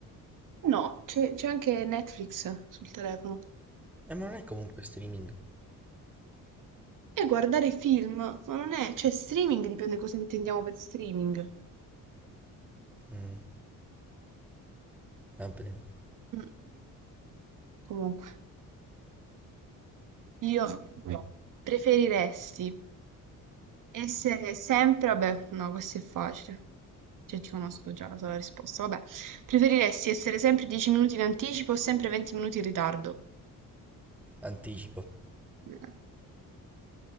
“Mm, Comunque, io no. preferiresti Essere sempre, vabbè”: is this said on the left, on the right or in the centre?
Right